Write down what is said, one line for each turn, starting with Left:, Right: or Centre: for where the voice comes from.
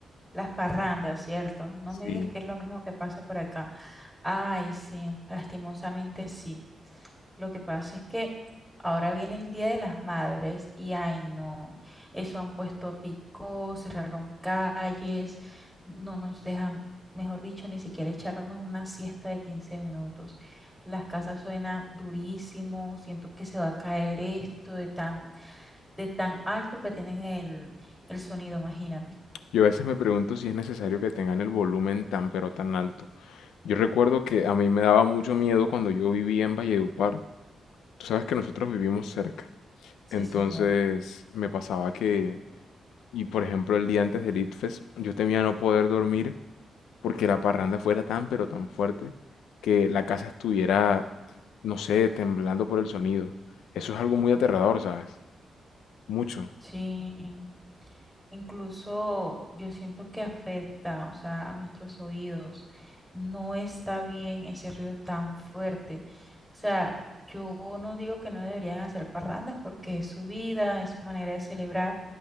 Centre: Las parrandas, ¿cierto? No
Left: Sí.
Centre: me digas que es lo mismo que pasa por acá. Ay, sí, lastimosamente sí. Lo que pasa es que ahora viene el Día de las Madres y ay, no, eso han puesto picos, cerraron calles, no nos dejan, mejor dicho, ni siquiera echarnos una siesta de 15 minutos. Las casas suenan durísimo, siento que se va a caer esto de tan de tan alto que tienen el, el sonido, imagínate.
Left: Yo a veces me pregunto si es necesario que tengan el volumen tan pero tan alto. Yo recuerdo que a mí me daba mucho miedo cuando yo vivía en Valledupar. Tú sabes que nosotros vivimos cerca.
Centre: Sí,
Left: Entonces
Centre: señor.
Left: me pasaba que Y por ejemplo, el día antes del ITFES, yo temía no poder dormir porque la parranda fuera tan, pero tan fuerte que la casa estuviera, no sé, temblando por el sonido. Eso es algo muy aterrador, ¿sabes? Mucho.
Centre: Sí, incluso yo siento que afecta, o sea, a nuestros oídos. No está bien ese ruido tan fuerte. O sea, yo no digo que no deberían hacer parrandas porque es su vida, es su manera de celebrar,